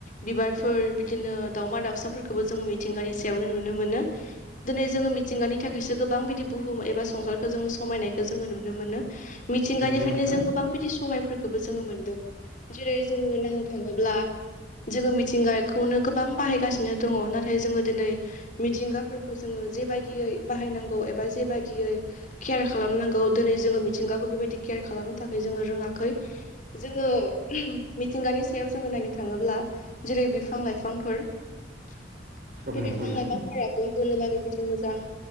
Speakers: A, on the left; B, on the right.
A: बिबारफोर बिदिनो दाावमा दाउसाफोरखौबो जोङो मिथिंगानि सायावनो नुनो मोनो। दिनै जोङो मिथिंगानि थाखायसो गोबां बिदि बुहुम एबा संसारखौ जोङो समायनायखौ जोङो नुनो मोनो। मिथिंगानिफ्रायनो
B: नंगौ नोंथां
A: जों गोबां बिदि सहायफोरखौबो जोङो मोनदों जेरै जोङो नायनो थाङोब्ला। जोङो मिथिंगाखौनो गोबां बाहायगासिनो दङ नाथाय जोङो दिनै मिथिंगाफोरखौ जोङो जेबायदियै बाहायनांगौ एबा जेबायदियैहा केयार खालामनांगौ दिनै जोङो मिथिंगाखौ बेबायदि केयार खालामनो थाखाय जोङो रोङाखै। जोङो मिथिंगानि सायाव जोङो नायनो थाङोब्ला। जेरै बिफां-लाइफांफोर बे
B: औ नंगौ
A: बिफां-लाइफां
B: नोंथां
A: हाबो होननो लागै बिदि मोजां